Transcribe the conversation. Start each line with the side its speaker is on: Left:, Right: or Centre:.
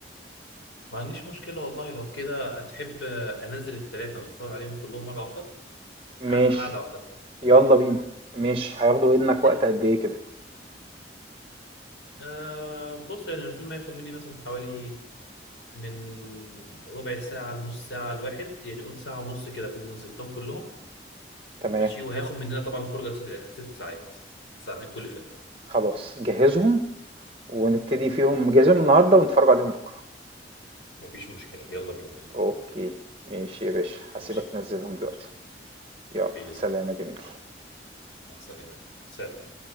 Left: ما عنديش مشكله والله لو كده هتحب انزل الثلاثه ونتفرج عليهم كلهم مره واحده
Right: ماشي
Left: آه، في قعده واحده
Right: يلا بينا ماشي هياخدوا منك
Left: ست-
Right: وقت قد ايه كده
Left: آه بص يعني الفيلم هياخد مني مثلا حوالي من ربع ساعه لنص ساعه الواحد يعني قول ساعه ونص كده اكون نزلتهم كلهم
Right: تمام
Left: ماشي وهياخد مننا طبعا فرجه ست ست ساعات ساعتين كل فيلم
Right: خلاص جهزهم ونبتدي فيهم جهزهم النهارده ونتفرج عليهم بكره
Left: مفيش مشكلة يلا بينا والله
Right: اوكي ماشي يا باشا هسيبك
Left: ماشي
Right: تنزلهم دلوقتي
Left: ماشي
Right: يلا
Left: بإذن
Right: سلام
Left: الله
Right: يا جميل
Left: مع السلامة سلام